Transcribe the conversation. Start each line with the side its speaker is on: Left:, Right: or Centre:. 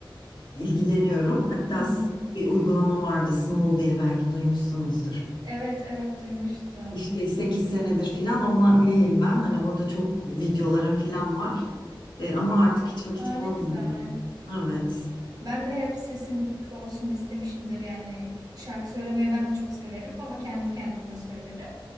Left: ilgileniyorum. Hatta
Right: Hmm.
Left: s- bir uygulama vardı Smule diye belki duymuşsunuzdur.
Right: Evet evet duymuştum.
Left: İşte 8 senedir filan ona üyeyim ben. Hani orada çok videolarım filan var. E, ama artık hiç vakit
Right: Aa
Left: bulamıyorum.
Right: ne güzel.
Left: Evet.
Right: Ben de hep sesim güzel olsun istemişimdir yani şarkı söylemeyi ben de çok severim ama kendi kendime söylerim.